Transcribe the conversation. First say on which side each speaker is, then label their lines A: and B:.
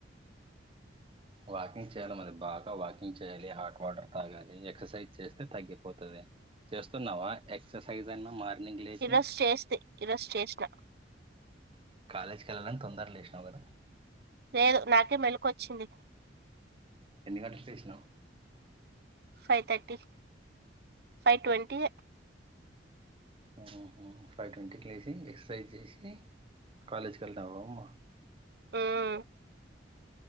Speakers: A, on the right; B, on the right.
A: ఉ వాకింగ్ చేయలో అది బాగా వాకింగ్ చేయాలి హాట్ వాటర్ తాగాలి ఎక్సర్సైజ్ చేస్తే తగ్గిపోతది చేస్తున్నావా ఎక్సర్సైజ్ అన్నా మార్నింగ్ లేచి
B: ఈరోజు చేస్తే ఈ రోజు చేసిన
A: కాలేజ్కి వెళ్ళాలని తొందర్గ లేసినా కదా
B: లేదు నాకే మెలికొచ్చింది
A: ఎన్ని గంటలకు లేసినవ్
B: ఫైవ్ థట్టి ఫైవ్ ట్వంటీ
A: ఉహు ఫైవ్ ట్వంటీకి లేసి ఎక్సర్సైజ్ చేసి కాలేజ్ వెళ్త <unintelligible> ఉమ్మ
B: ఉమ్